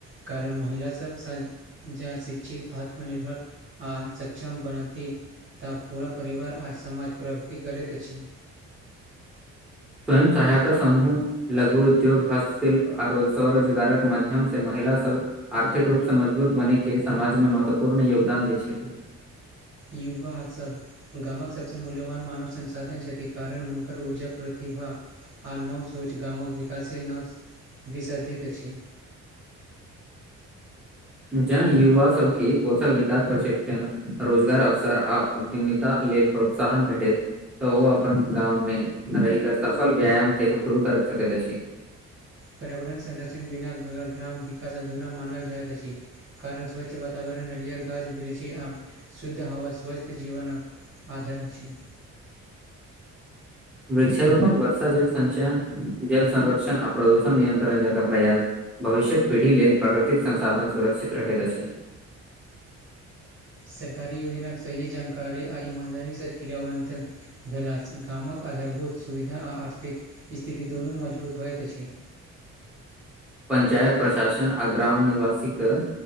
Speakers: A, on the right; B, in the centre.
A: कारण महिलासभ जँ शिक्षित आत्मनिर्भर आ सक्षम बनती तऽ पूरा परिवार आ समाज प्रगति करैत अछि
B: स्वयं सहायता समूह लघु उद्योग हस्तशिल्प आ स्वरोजगारक माध्यम सऽ महिला सब आर्थिक रूप सऽ मजबूत बनने के समाजमे महत्वपूर्ण योगदान दै छथिन
A: युवा सब गामक सभसँ मूल्यवान मानव संसाधन छथि कारण हुनकर ऊर्जा प्रतिभा आ नव सोच गामक विकासे नव दिशा दैत अछि
B: जह युवा सबके कौशल विकास प्रशिक्षण रोजगार अवसर आ उद्यमितता लेल प्रोतसाहन भेटैत तऽ ओ अपन गाँव मे रहि कऽ सफल व्यायाम सेहो शुरू कर सकैत छै
A: पर्यावरण संरक्षण बिना ग्राम विकास अधूरा मानल जाइत अछि कारण स्वच्छ वातावरण हरिहर गाछ बिड़छी आ शुद्ध हवा स्वस्थ्य जीवन आधर अछी
B: वृक्षारोपण वर्षा जल संचयन जल संरक्षण आ प्रदूषण नियंत्रण जका प्रयास भविष्यक पीढ़ी लेल प्राकृतिक संसाधन सुरक्षित रखैत अछि
A: सरकारी योजनाक सही जानकारी आ ईमानदारीसँ क्रियावंत भेलासँ गामक आधारभूत सुविधा आ आर्थिक स्थिति दुनू मजबूत होइत अछि
B: पंचायत प्रशासन आ ग्राम निवासी कऽ